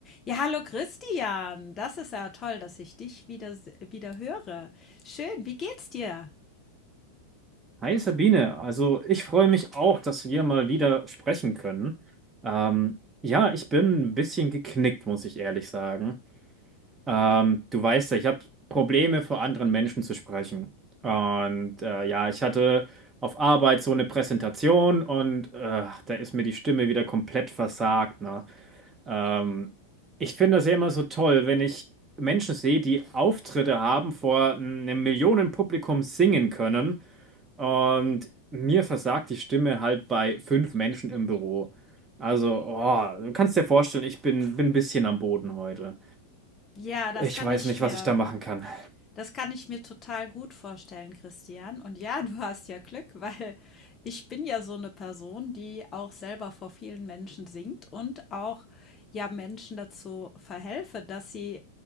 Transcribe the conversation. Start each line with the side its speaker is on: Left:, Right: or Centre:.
Left: Ja, hallo Christian. Das ist ja toll, dass ich dich wieder, se- wieder höre. Schön, wie geht's dir?
Right: Hi Sabine, also ich freue mich auch, dass wir mal wieder sprechen können. Ähm, ja, ich bin ein bisschen geknickt, muss ich ehrlich sagen. Ähm, du weißt ja, ich habe Probleme, vor anderen Menschen zu sprechen. Und äh, ja, ich hatte auf Arbeit so eine Präsentation und äh, da ist mir die Stimme wieder komplett versagt, ne? Ähm, ich finde das ja immer so toll, wenn ich Menschen sehe, die Auftritte haben, vor einem Millionenpublikum singen können. Und mir versagt die Stimme halt bei fünf Menschen im Büro. Also, oh, du kannst dir vorstellen, ich bin, bin ein bisschen am Boden heute.
Left: Ja, das
Right: Ich
Left: kann
Right: weiß
Left: ich
Right: nicht,
Left: mir,
Right: was ich da machen kann.
Left: das kann ich mir total gut vorstellen, Christian. Und ja, <laughs> du hast ja Glück, weil ich bin ja so eine Person, die auch selber vor vielen Menschen singt und auch ja Menschen dazu verhelfe, dass sie